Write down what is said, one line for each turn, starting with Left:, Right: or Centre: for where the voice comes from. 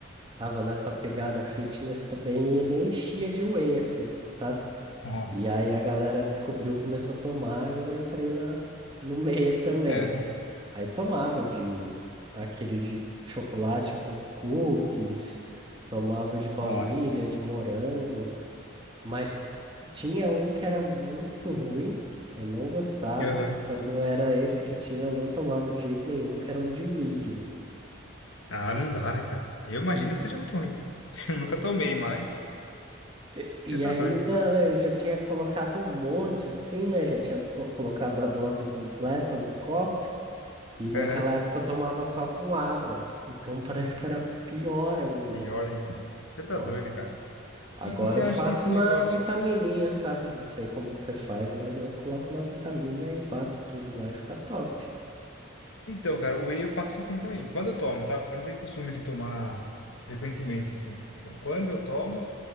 Right: tava nessa pegada fitness também, e ele enchia de whey, assim, sabe?
Left: Nossa.
Right: E aí a galera descobriu, começou a tomar, e eu entrei na, no <laughs> meio também.
Left: Aham.
Right: Aí tomava de aquele de chocolate com cookies, tomava de baunilha,
Left: Nossa.
Right: de morango. Mas tinha um que era muito ruim, que eu não gostava.
Left: Aham.
Right: Quando era esse que tinha, eu não tomava de jeito nenhum, que era um de milho.
Left: Ah, não dá, né, cara? Eu imagino
Right: Nossa.
Left: que seja muito ruim. <laughs> Eu nunca tomei, mas
Right: E, e
Left: você tá
Right: ainda
Left: doido.
Right: eu já tinha colocado um monte assim, né? Já tinha to- colocado a dose completa no copo. E naquela
Left: Aham,
Right: época eu tomava só com água. Então parece que era pior ainda.
Left: Pior ainda. Você tá
Right: Nossa.
Left: doido, cara.
Right: Agora
Left: E, e você
Right: eu
Left: acha
Right: faço
Left: que esse negócio.
Right: na vitamininha, sabe? Não sei como que você faz, mas eu coloco na vitamina e bato tudo lá e fica top.
Left: Então, cara, o whey eu faço assim também. Quando eu tomo, tá? Porque eu não tenho costume de tomar frequentemente, assim. Então, quando eu tomo,